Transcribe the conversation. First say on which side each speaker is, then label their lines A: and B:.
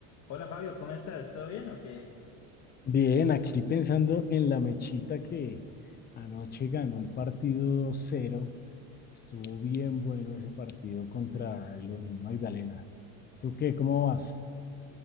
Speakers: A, on the left (about 40°); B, on the left (about 25°).
A: Hola Fabio, ¿cómo estás? ¿Todo bien o qué?
B: Bien, aquí pensando en la mechita que anoche ganó el partido dos cero Estuvo bien bueno ese partido contra el Unión Magdalena. ¿Tú qué? ¿Cómo vas?